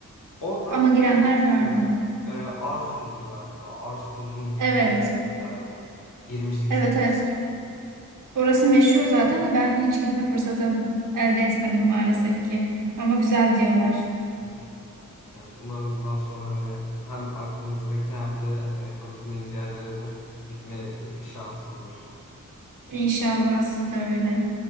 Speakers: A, on the left; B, on the right.
A: Orada
B: Ama
A: şunu
B: girenler
A: hatırlıyorum.
B: vardı.
A: Ee, Arsuz'du galiba. Arsuz'un
B: Evet.
A: denizi güzeldi. Girmiştik
B: Evet
A: çünkü bir
B: evet.
A: sefer.
B: Orası meşhur zaten de ben hiç gitme fırsatı elde etmedim maalesef ki. Ama güzel diyorlar.
A: Hı hı. Evet, umarım bundan sonra hani hem aklınızdaki hem de hani o gitmeniz yerlere de gitme e, şansı bulursunuz.
B: İnşallah siz de öyle.